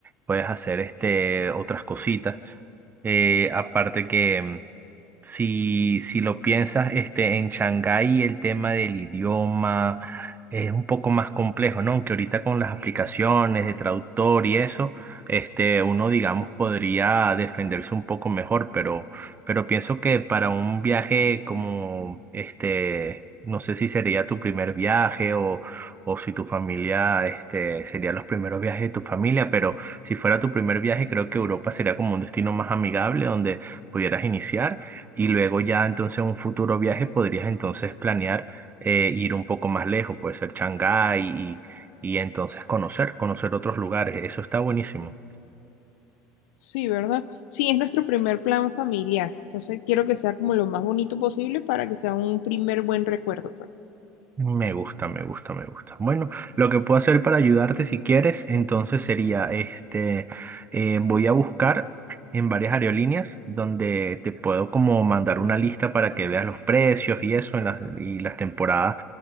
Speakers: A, on the right; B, on the left.
A: puedes hacer este, otras cositas. Eh, aparte que Si, si lo piensas, este, en Shanghái el tema del idioma es un poco más complejo, ¿no? Aunque ahorita con las aplicaciones de traductor y eso, este, uno, digamos, podría defenderse un poco mejor, pero, pero pienso que para un viaje como, este, no sé si sería tu primer viaje o, o si tu familia, este, sería los primeros viajes de tu familia, pero si fuera tu primer viaje, creo que Europa sería como un destino más amigable donde pudieras iniciar. Y luego ya entonces en un futuro viaje podrías entonces planear eh, ir un poco más lejos, puede ser Shanghái y, y entonces conocer, conocer otros lugares. Eso está buenísimo.
B: Sí, ¿verdad? Sí, es nuestro primer plan familiar. Entonces, quiero que sea como lo más bonito posible para que sea un primer buen recuerdo, pues.
A: Me gusta, me gusta, me gusta. Bueno, lo que puedo hacer para ayudarte si quieres, entonces sería este, eh, voy a buscar en varias aerolíneas donde te puedo como mandar una lista para que veas los precios y eso en las, y las temporadas